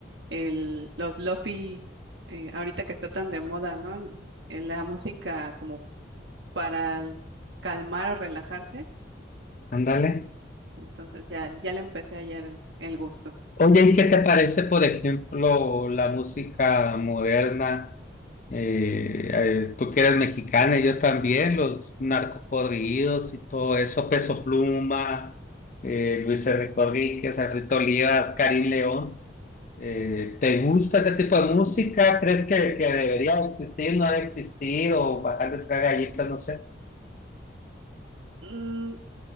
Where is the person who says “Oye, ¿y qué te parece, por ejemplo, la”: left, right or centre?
Left